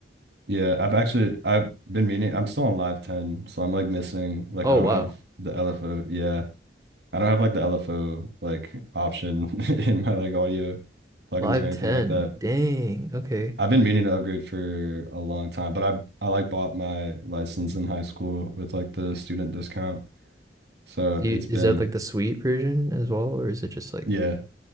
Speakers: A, on the right (about 75°); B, on the right (about 20°).
A: Yeah, I've actually I've been meaning I'm still on Live 10, so I'm like missing like
B: Oh
A: I don't
B: wow.
A: have the LFO. Yeah, I don't have like the LFO like option <laughs> in my like audio plugins
B: Live
A: or anything
B: 10.
A: like that.
B: Dang. Okay.
A: I've been meaning to upgrade for a long time, but I I like bought my license in high school with like the student discount. So
B: Do
A: it's
B: you, is
A: been
B: that like the suite version as well or is it just like
A: yeah,